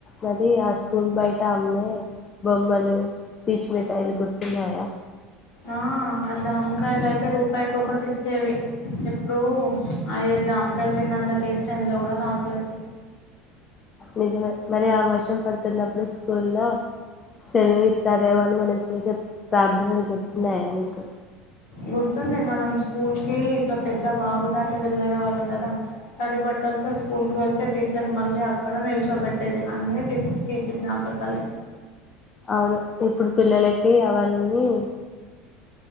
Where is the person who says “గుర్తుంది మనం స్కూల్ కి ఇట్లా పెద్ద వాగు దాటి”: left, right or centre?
Left